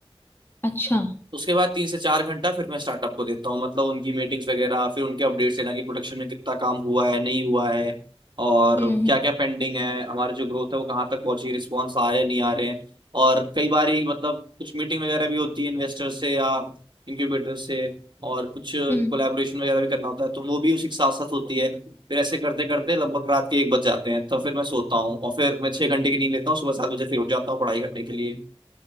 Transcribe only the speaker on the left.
अच्छा
हम्म हम्म
हम्म,